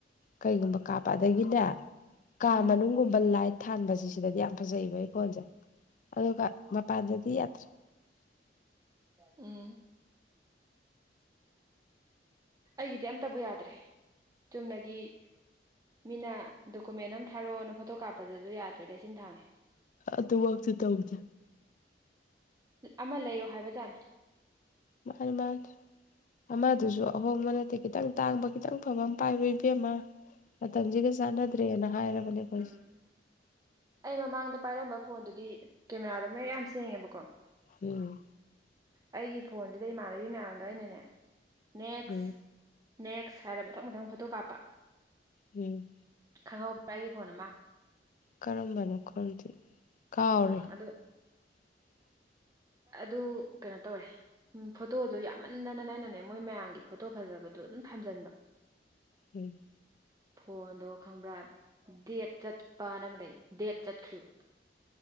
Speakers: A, on the left (about 45°); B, on the right (about 20°).
A: ꯀꯩꯒꯨꯝꯕ ꯀꯥꯞꯄ ꯑꯗꯥꯒꯤꯅꯦ ꯀꯥ
B: ꯎꯝ
A: ꯃꯅꯨꯡꯒꯨꯝꯕ ꯂꯥꯏꯠ ꯊꯥꯟꯕꯁꯤ ꯁꯤꯗꯗꯤ ꯌꯥꯝ ꯐꯖꯩꯌꯦꯕ ꯑꯩ ꯐꯣꯟꯁꯦ ꯑꯗꯨꯒ ꯃꯄꯥꯟꯗꯗꯤ ꯌꯥꯇ꯭ꯔꯦ
B: ꯎꯝ ꯑꯩꯒꯤꯗꯤ ꯑꯝꯇꯕꯨ ꯌꯥꯗ꯭ꯔꯦ ꯆꯨꯝꯅꯒꯤ ꯃꯤꯅ ꯗꯣꯀꯨꯃꯦꯟ ꯑꯃ ꯊꯥꯔꯛꯑꯣꯅ ꯐꯣꯇꯣ ꯀꯥꯞꯄꯗꯨꯁꯨ ꯌꯥꯗ꯭ꯔꯦ ꯂꯩꯆꯤꯟ ꯊꯥꯡꯉꯦ
A: ꯑꯗꯨꯃꯛꯇꯤ ꯇꯧꯗꯦ
B: ꯑꯃ ꯂꯩꯔꯣ ꯍꯥꯏꯕꯖꯥꯠꯅꯦ
A: ꯃꯥꯅꯦ ꯃꯥꯅꯦ ꯑꯃꯗꯨꯁꯨ ꯑꯍꯣꯡꯕ ꯅꯠꯇꯦ ꯈꯤꯇꯪ ꯇꯥꯡꯕ ꯈꯤꯇꯪ ꯐꯕ ꯑꯃ ꯄꯥꯏꯌꯣ ꯏꯕꯦꯝꯃ ꯃꯇꯝꯁꯤꯒ ꯆꯥꯟꯅꯗ꯭ꯔꯦꯅ ꯍꯥꯏꯔꯕꯅꯦ ꯑꯩꯈꯣꯏꯁꯦ
B: ꯎꯝ ꯑꯩ ꯃꯃꯥꯡꯗ ꯄꯥꯏꯔꯝꯕ ꯐꯣꯟꯗꯨꯗꯤ ꯀꯦꯃꯦꯔꯥꯗꯣ ꯃꯌꯦꯛ ꯌꯥꯝ ꯁꯦꯡꯉꯦꯕꯀꯣ
A: ꯎꯝ
B: ꯑꯩꯒꯤ ꯐꯣꯟꯁꯤꯗ ꯏꯃꯥꯟꯅꯕꯤ ꯃꯌꯥꯝꯗꯣ ꯑꯩꯅꯅꯦ ꯅꯦꯛꯁ
A: ꯎꯝ
B: ꯅꯦꯛꯁ ꯍꯥꯏꯔ ꯃꯊꯪ ꯃꯊꯪ ꯐꯣꯇꯣ ꯀꯥꯞꯄ
A: ꯎꯝ
B: ꯈꯪꯍꯧꯕ꯭ꯔꯥ ꯑꯩꯒꯤ ꯐꯣꯟ ꯑꯃ
A: ꯀꯔꯝꯕꯅꯣ ꯈꯪꯗꯦ ꯀꯥꯎꯔꯦ
B: ꯎꯝ ꯑꯗꯨ
A: <inaudible>
B: ꯑꯗꯨ ꯀꯩꯅꯣ ꯇꯧꯔꯦ ꯎꯝ ꯐꯣꯇꯣꯗꯨ ꯌꯥꯝꯃꯟꯗꯥꯅꯥꯅꯦ ꯃꯣꯏ ꯃꯌꯥꯝꯒꯤ ꯐꯣꯇꯣ ꯐꯖꯕꯗꯣ ꯑꯗꯨꯝ ꯊꯝꯖꯟꯕ
A: ꯎꯝ
B: ꯐꯣꯟꯗꯣ ꯈꯪꯕ꯭ꯔꯥ ꯗꯦꯠ ꯆꯠꯄꯅ ꯑꯃ ꯂꯩ ꯗꯦꯠ ꯆꯠꯈ꯭ꯔꯤꯕ